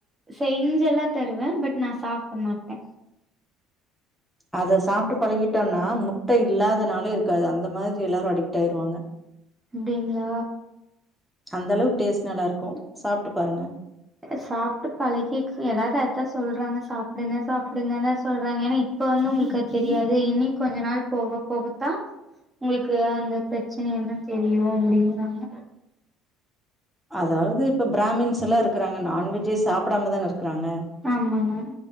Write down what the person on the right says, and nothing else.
செய்ஞ்செல்லா தருவே பட் நா சாப்டமாட்டே
அப்டிங்களா
சாப்ட்டு பழகிக் எல்லாரு அதத்தா சொல்றாங்க சாப்டுங்க சாப்டுங்கங்க சொல்றாங்க ஏன்னாப் இப்ப வந்து உங்களுக்கு அது தெரியாது இனி கொஞ்ச நாள் போக போகத்தா உங்களுக்கு அந்த ப்ரச்சனை எல்லா தெரியு அப்டிகிறாங்க
ஆமாங்க